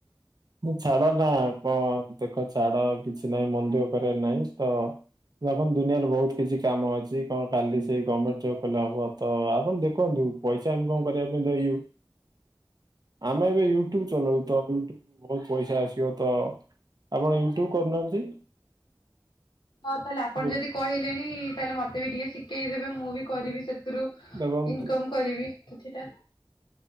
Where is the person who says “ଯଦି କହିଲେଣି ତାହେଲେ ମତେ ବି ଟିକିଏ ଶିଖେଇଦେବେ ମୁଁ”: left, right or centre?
Left